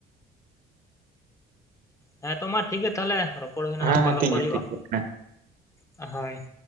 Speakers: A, on the left (about 15°); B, on the right (about 55°).
A: ᱦᱮᱸᱛᱚ ᱢᱟ ᱴᱷᱤᱠ ᱜᱮᱭᱟ ᱛᱟᱦᱞᱮ ᱨᱚᱯᱚᱲ ᱦᱩᱭᱱᱟ
B: ᱦᱮᱸ
A: ᱯᱚᱨᱮ
B: ᱦᱮᱸ ᱴᱷᱤᱠ
A: ᱨᱚᱯᱚᱲ
B: ᱜᱮᱭᱟ
A: ᱦᱩᱭᱩᱜᱼᱟ
B: ᱴᱷᱤᱠ ᱜᱮᱭᱟ ᱦᱮᱸ
A: ᱦᱳᱭ